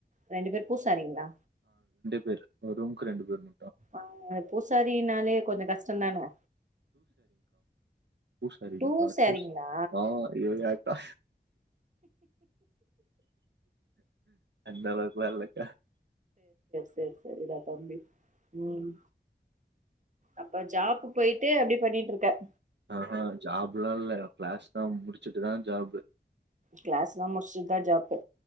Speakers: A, on the right; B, on the right.
A: ரெண்டு பேர் பூசாரீங்களா
B: பேர் ஒரு ரூம்க்கு ரெண்டு பேரும்
A: ஆஹ் அ பூசாரினாலே கொஞ்சம் கஷ்டம்தானே
B: பூசாரிலக்கா
A: டூ
B: ஆஹ்
A: சாரீங்களா
B: டுத் நா இல்ல இக்கா அந்த அளவுக்குல இல்லைக்கா
A: சரி சரிதா தம்பி உம் அப்ப ஜாப்பு போய்ட்டு அப்படி பண்ணிட்டு இருக்கேன்
B: ஆஹ்ஹ் ஜாப்லல்ல க்ளாஸ் தான் முடி சிட்டுதான் ஜாப்
A: கிளாஸ் எல்லாம் முடிச்சுதான் ஜாப்பு